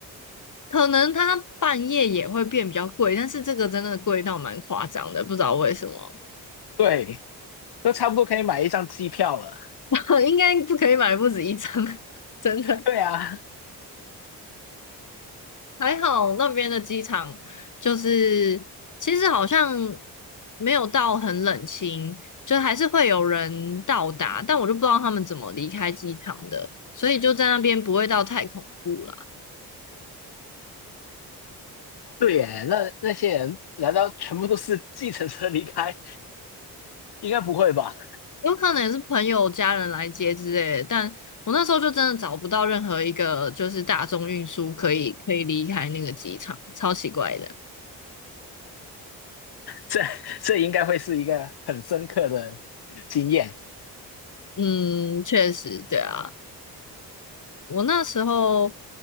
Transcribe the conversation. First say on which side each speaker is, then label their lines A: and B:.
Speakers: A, on the left; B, on the left.
A: 可能它半夜也会变比较贵，但是这个真的贵到蛮夸张的，不知道为什么，
B: <laughs> 对，都差不多可以买一张机票了。
A: <laughs> 应该不可以买不止一张，<laughs> 真的。
B: <laughs> 对啊，
A: 还好那边的机场就是其实好像没有到很冷清，就还是会有人到达，但我就不知道他们怎么离开机场的，所以就在那边不会到太恐怖啦。
B: 对耶，那那些人难道全部都是计程车离开？应该不会吧？
A: 有可能也是朋友、家人来接之类的，但我那时候就真的找不到任何一个就是大众运输可以可以离开那个机场，超奇怪的。
B: 这这应该会是一个很深刻的经验。
A: 嗯，确实，对啊，我那时候，